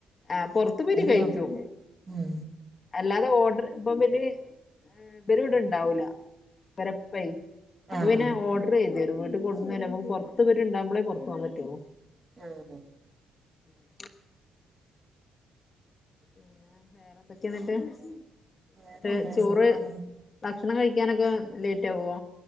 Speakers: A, on the left; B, on the right.
A: ആഹ് പൊർത്ത് പോയിട്ട്
B: എല്ലാം
A: കഴിക്കും
B: ഉം
A: അല്ലാതെ ഓഡർ ഇപ്പവര് ഇവര് ഇവടെണ്ടാവൂല ഇവരെ പ്പെയ് അപ്പൊ
B: ആഹ്
A: പിന്നെ ഓഡ ഡ്രെയ്തെരും വീട്ടിൽ കൊട്ന്നെരും ഞമ്മക്ക് പൊർത്ത് ഇവര് ണ്ടാകുമ്പളെ പൊർത്തോവാൻ പറ്റൊള്ളു
B: ആഹ്
A: ഉം പിന്നെ വേറെന്തൊക്കെ ന്ന്ട്ട്
B: വേറെന്താ
A: ചോറ്
B: സുഖാണ്
A: ഭക്ഷണം കഴിക്കാനൊക്കെ ലെയ്റ്റാവോ